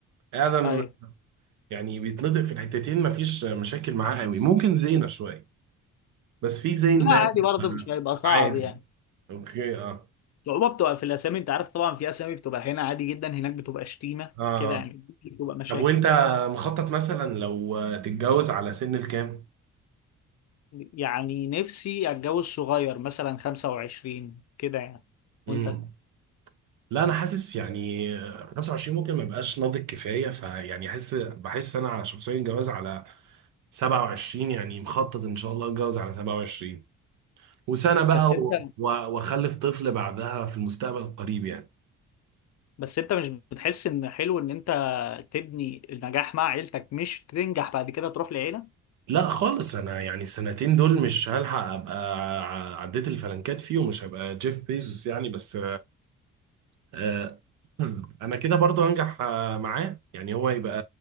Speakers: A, on the right (about 80°); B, on the left (about 60°).
A: ادم
B: ايوه
A: يعني بيتنطق في الحتتين ما فيش مشاكل معاه قوي ممكن زينة شوية بس في زين
B: لا
A: مالك
B: عادي برضه مش هيبقى صعب
A: عادي
B: يعني
A: اوكي اه
B: الصعوبه بتبقى في الاسامي انت عارف طبعا في اسامي بتبقى هنا عادي جدا هناك بتبقى شتيمه
A: اه
B: كده
A: آه.
B: يعني بتبقى مشاكل
A: طب وانت مخطط مثلا لو تتجوز على سن الكام؟
B: يعني نفسي اتجوز صغير مثلا 25 كده يعني
A: امم
B: وانت
A: لا انا حاسس يعني 25 ممكن ما يبقاش ناضج كفايه فيعني احس بحس انا على شخصيا جواز على 27 يعني مخطط ان شاء الله اتجوز على 27 وسنه بقى
B: بس
A: و-
B: انت
A: و- واخلف طفل بعدها في المستقبل القريب يعني
B: بس انت مش بتحس ان حلو ان انت تبني النجاح مع عيلتك مش تنجح بعد كده تروح لعيله
A: لا خالص انا يعني السنتين دول مش هلحق ابقى ع- عديت الفلنكات فيهم مش هبقى جيف بيزوس يعني بس آه، <clears throat> انا كده برضو هنجح آه، معاه يعني هو يبقى